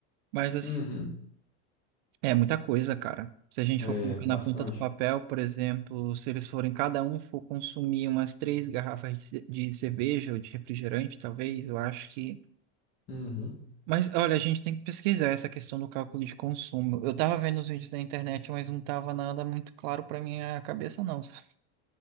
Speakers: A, on the right (about 40°); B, on the left (about 25°).
A: Mas, assim,
B: Uhum.
A: é muita coisa, cara. Se a gente
B: É,
A: for colocar
B: bastante.
A: na ponta do papel, por exemplo, se eles forem, cada um for consumir umas três garrafas de, ce- de cerveja ou de refrigerante, talvez, eu acho que.
B: Uhum.
A: Mas, olha, a gente tem que pesquisar essa questão do cálculo de consumo. Eu tava vendo os vídeos na internet, mas não tava nada muito claro pra minha cabeça, não, sabe?